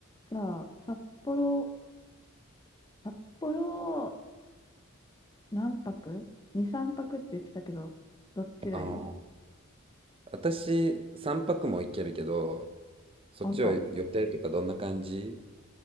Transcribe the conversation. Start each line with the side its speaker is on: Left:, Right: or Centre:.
Left: じゃあ、札幌、札幌、何泊 ?2、3泊って言ってたけど、どっちがいい
Right: あー私、3泊も行けるけど、そっちは予定とかどんな感じ
Left: 本当。